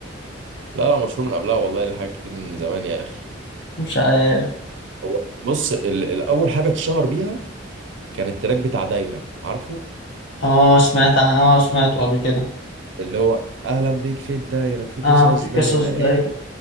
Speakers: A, on the right; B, on the left.
A: لا لا مشروع من قبلها والله لحاجات كتير من زمان يا اخي
B: مش عارف
A: هو بص ال- الاول حاجه اتشهر بيها كان التراك بتاع دايره عارفه
B: اه سمعت عن- اه سمعته قبل كده
A: اللي هو اهلا بيك في الدايره في قصص
B: اه في
A: دايره
B: قصص ده
A: ايه